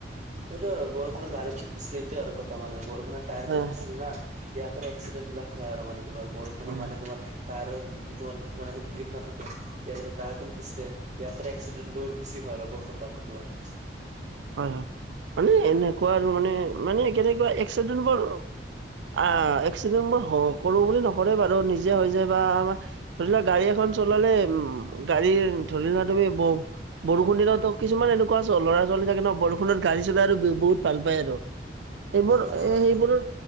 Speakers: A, on the right; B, on the right.
A: এইটো বৰষুণৰ গাড়ী খন পিছিলিটো আৰু কথা মান বৰষুণৰ টায়াৰ
B: হয়
A: খন পিছলি ন। <unintelligible> এক্সিদেন বিলাক হয় আৰু মানে তোমাৰ বৰষুণৰ
B: হয়
A: মানে তোমাৰ টায়াৰৰ তোমাৰ কিবা নাথাকে গ্ৰ্ৰীপ নাথাকে। ইয়াৰ মানে টায়াৰখন পিছলে ইয়াৰ কাৰণে এক্সিডেন বোৰ বছি হয় আৰু, বৰষণ টাইমত তোমাৰ।
B: হয় হয়, মানে এনেকুৱা আৰু মানে মানে কেনেকুৱা এক্সিডেণ্টবোৰ আ, এক্সিডেণ্টবোৰ হ-কৰো বুলি নকৰে বাৰু নিজে হৈ যায় বা আমাৰ ধৰি লোৱা গাড়ী এখন চলালে উম, গাড়ী ধৰি লোৱা তুমি ব বৰষুণ দিনতো কিছুমান এনেকুৱা আছে ল'ৰা চলি থাকে ন বৰষুণত গাড়ী চলাই আৰু বহুত ভাল পায় আৰু। সেইবোৰ এ
A: অ
B: সেইবোৰত